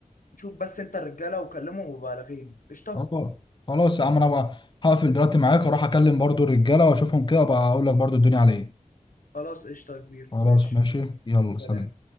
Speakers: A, on the left; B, on the left.
A: شوف بس انت الرجاله وكلمهم وبالغين قشطه
B: اه خلاص يا عم انا بقى هقفل دلوقتي معاك اروح اكلم برضو الرجاله واشوفهم كده بقى اقول لك برضو الدنيا على ايه
A: خلاص قشطه يا كبير
B: خلاص
A: ماشي
B: ماشي
A: يلا،
B: يلا سلام
A: سلام